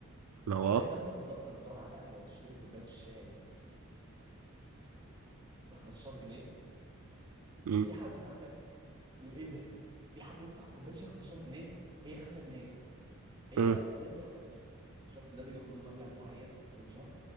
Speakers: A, on the right; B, on the right.
A: ما هو
B: زي
A: آه.
B: ما انت بالظبط لما تقعد على القهوه وتشتري كوبايه الشاي ب 15 جنيه
A: مم.
B: في حد تحتك بيقول ايه ده؟ في حد بيدفع في كوبايه شاي 15 جنيه؟ هي 5 جنيه هي
A: مم.
B: نسبه وتناسب الشخص ده بيدخل له مبلغ معين كل شهر